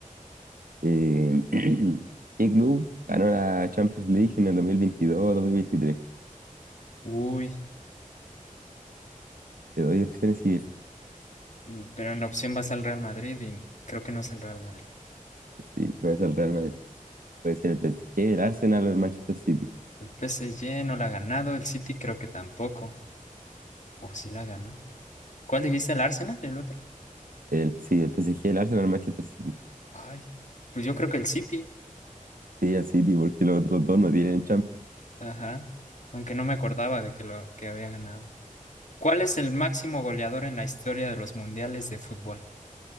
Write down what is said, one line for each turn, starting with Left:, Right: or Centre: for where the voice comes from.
Right: Eh, <clears throat> ¿qué club ganó la Champions League en el dos dos mil veintidós o dos mil veintitrés
Left: Uy,
Right: Te doy opciones si
Left: mm, pero en la opción vas al Real Madrid y creo que no es el Real Madrid.
Right: Sí, no es el Real Madrid. Puede ser el PSG, el Arsenal o el Manchester City.
Left: El PSG no la ha ganado, el City creo que tampoco. O sí la ganó. ¿Cuál dijiste, el Arsenal? El otro.
Right: El, sí, el PSG, el Arsenal, el Manchester City.
Left: Ay, pues yo creo que el City.
Right: Sí, el City, porque los otros dos no tienen
Left: Ajá, aunque no me acordaba de que lo que había ganado. ¿Cuál es el máximo goleador en la historia de los mundiales de fútbol?